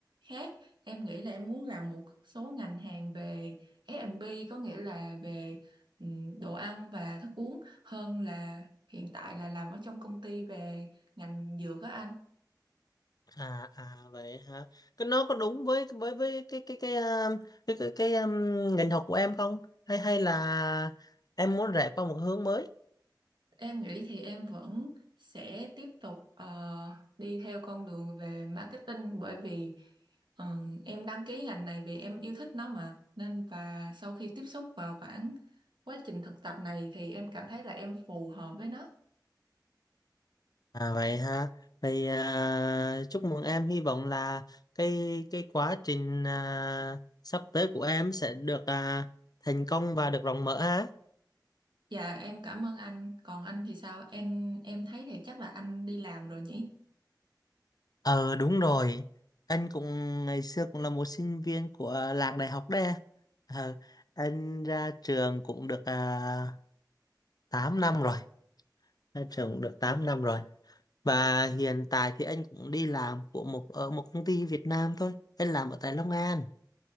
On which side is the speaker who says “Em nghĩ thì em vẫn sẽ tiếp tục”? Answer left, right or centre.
Right